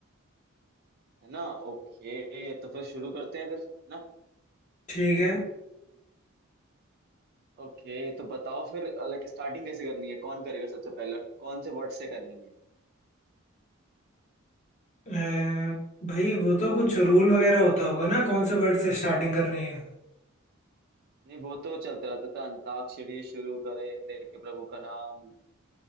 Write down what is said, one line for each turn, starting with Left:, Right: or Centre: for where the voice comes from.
Right: है ना ओके तो फिर शुरू करते हैं फिर ना
Left: ठीक है
Right: ओके तो बताओ फिर लाइक स्टार्टिंग कैसे करनी है कौन करेगा सबसे पहले और कौन से वर्ड से करनी है
Left: अ, भाई वो तो कुछ रूल वगैरह होता होगा ना कौन से वर्ड से स्टार्टिंग करनी है
Right: नहीं वो तो चलता रहता था अंताक्षरी शुरू करें लेके प्रभु का नाम